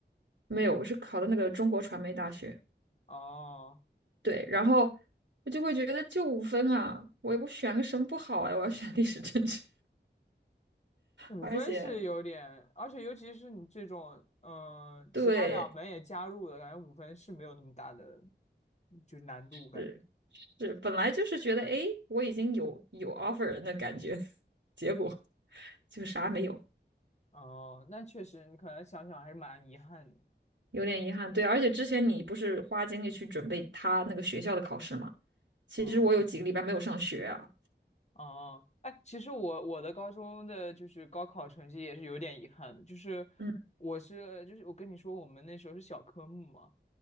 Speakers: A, on the right (about 80°); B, on the left (about 40°).
A: 没有，我是考的那个中国传媒大学，
B: 哦，
A: 对，然后我就会觉得就五分啊，我我选个什么不好啊，我要选历史政治，
B: 五分是有点，
A: <laughs> 而且
B: 而且尤其是你这种，嗯、其他两门也加入了，
A: 对。
B: 感觉五分是没有那么大的，就是难度感觉。
A: 是。是本来就是觉得，哎，我已经有有 offer 人的感觉，<laughs> 结果就啥没有，
B: 哦，那确实，你可能想想还是蛮遗憾的。
A: 有点遗憾。对，而且之前你不是花精力去准备他那个学校的考试吗？其实我有几个礼拜没有上学啊。
B: 嗯，哦，哎，其实我我的高中的就是高考成绩也是有点遗憾的，就是
A: 嗯
B: 我是就是我跟你说，我们那时候是小科目嘛，